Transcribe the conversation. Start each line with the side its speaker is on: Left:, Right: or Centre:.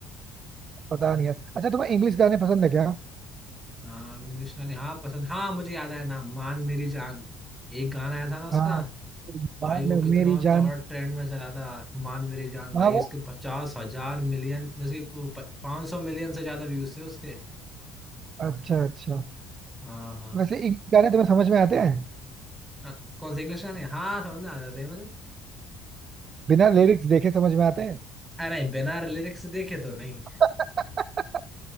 Right: पता नहीं यार अच्छा तुम्हें इंग्लिश गाने पसंद है क्या
Centre: इंग्लिश नाम हाँ पसंद हाँ मुझे याद आया नाम मान मेरी जान एक गाना आया था ना उसका
Right: हाँ
Centre: भाई
Right: बाद
Centre: वो
Right: में
Centre: कितना
Right: मेरी
Centre: तगड़ा
Right: जान
Centre: ट्रेंड में चला था मान मेरी जान भाई
Right: हाँ
Centre: उसके
Right: वो
Centre: पचास हजार मिलियन में से पाँच सौ मिलियन से ज्यादा व्यूज थे उसके
Right: अच्छा अच्छा
Centre: हाँ हाँ
Right: वैसे इंग्लिश गाने तुम्हें समझ में आते हैं
Centre: हाँ कौन सा इंग्लिश गाने हाँ समझ में आ जाते हैं मुझे
Right: बिना लिरिक्स देखे समझ में आते हैं
Centre: अरे बिना लिरिक्स देखे तो नहीं
Right: <laughs>